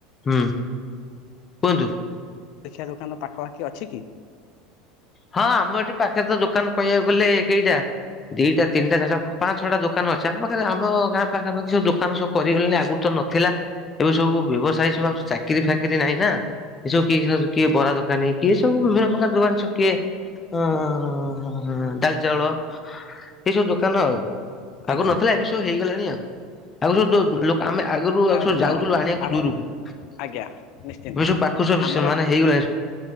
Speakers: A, on the left; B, on the left.
A: ହୁଁ। କୁହନ୍ତୁ।
B: ଜଳଖିଆ ଦୋକାନ ପାଖପାଖି ଅଛି କି।
A: ହଁ ଆମ ଏଠି ପାଖରେ ତ ଦୋକାନ କହିବାକୁ ଗଲେ କେଇଟା ଦିଟା ତିନିଟା ଚାରିଟା ପାଞ୍ଚ୍ ଛଅଟା ଦୋକାନ ଅଛି ଆମ ପାଖରେ ଆମ ଗାଁ ପାଖା ପାଖି ସବୁ ଦୋକାନ ସବୁ କରି ଗଲେଣି ଆଗରୁ ତ ନଥିଲା। ଏବେ ସବୁ ବ୍ୟବସାୟ ସବୁ ଆଉ ଚାକିରି ଫାକିରି ନାହିଁ ନା ଏସବୁ କି କିଏ ବରା ଦୋକାନୀ କିଏ ସବୁ ବିଭିନ୍ନ ପ୍ରକାର ଦୋକାନୀ ସବୁ କିଏ ଅଁ ଡାଲି ଚାଉଳ ଏଇସବୁ ଦୋକାନ ଆଉ
B: ଆଜ୍ଞା
A: ଆଗରୁ ନଥିଲା ଏବେ ସ ତୁ ହେଇଗଲାଣି ଆଉ ଆଗ ସବୁ ଦୋ ଲୋ ଆମେ ଆଗରୁ
B: ଆ
A: ଆଗ ସବୁ
B: ବ
A: ଯାଉଥିଲୁ ଆଣିବାକୁ
B: ଆମ
A: ଦୂରୁକୁ। ଏବେ
B: ଆଜ୍ଞା ନିଶ୍ଚିନ୍ତ
A: ସବୁ ପାଖକୁ ସବୁ
B: ଆମର
A: ସେ ମାନେ ହେଇଗଲାଣି।